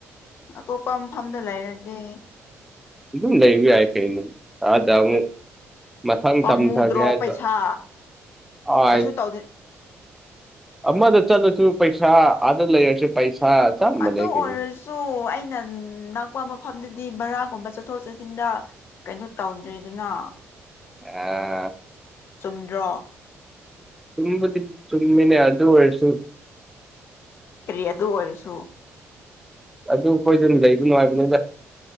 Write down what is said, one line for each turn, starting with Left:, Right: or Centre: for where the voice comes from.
Left: ꯑꯇꯣꯞꯄ ꯃꯐꯝꯗ ꯂꯩꯔꯒꯦ
Centre: ꯑꯗꯨꯝ ꯂꯩꯩꯕ ꯌꯥꯏ ꯀꯩꯅꯣ ꯑꯗ ꯑꯃꯨꯛ ꯃꯊꯪ
Left: ꯄꯥꯝꯃꯨꯗ꯭ꯔꯣ
Centre: ꯇꯝꯊꯒꯦ ꯍꯥꯏꯗ
Left: ꯄꯩꯁꯥ
Centre: ꯑꯥꯢ
Left: ꯀꯩꯁꯨ ꯇꯧꯗꯦ
Centre: ꯑꯃꯗ ꯆꯠꯂꯁꯨ ꯄꯩꯁꯥ ꯑꯗ ꯂꯩꯔꯁꯨ ꯄꯩꯁꯥ ꯆꯞ ꯃꯥꯟꯅꯩ
Left: ꯑꯗꯨ
Centre: ꯀꯩꯅꯣ
Left: ꯑꯣꯏꯔꯁꯨ ꯑꯩꯅ ꯅꯥꯛꯄ ꯃꯐꯝꯗꯗꯤ ꯕꯔꯥꯒꯨꯝꯕ ꯆꯠꯊꯣꯛ ꯆꯠꯁꯤꯟꯗ ꯀꯩꯅꯣ ꯇꯧꯗ꯭ꯔꯤꯗꯅ
Centre: ꯑꯥ
Left: ꯆꯨꯝꯗ꯭ꯔꯣ
Centre: ꯆꯨꯝꯕꯨꯗꯤ ꯆꯨꯝꯃꯤꯅꯦ ꯑꯗꯨ ꯑꯣꯔꯥꯁꯨ
Left: ꯀ꯭ꯔꯤ ꯑꯗꯨ ꯑꯣꯏꯔꯁꯨ
Centre: ꯑꯗꯨ ꯈꯣꯏꯗꯅ ꯂꯩꯕ ꯅꯨꯡꯉꯥꯏꯕꯅꯦꯗ